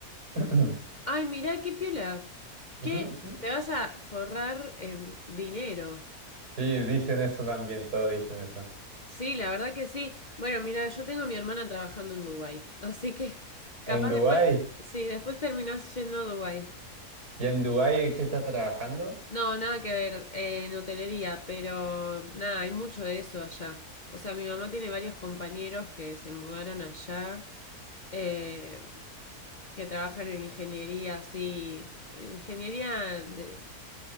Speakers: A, on the right (about 85°); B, on the left (about 35°).
A: <clears throat>
B: Ay, mirá, qué piola. ¿Qué?
A: Ujú, ujú.
B: Te vas a forrar en dinero.
A: Sí, dicen eso también, todos dicen eso.
B: Sí, la verdad que sí. Bueno, mira, yo tengo a mi hermana trabajando en Dubai, así que capaz
A: En Dubái.
B: después, sí, después terminás yendo a Dubai.
A: ¿Y en Dubái en qué estás trabajando?
B: No, nada que ver eh, en hotelería, pero nada, hay mucho de eso allá. O sea, mi mamá tiene varios compañeros que se mudaron allá, eh, que trabajan en ingeniería, así, en ingeniería de,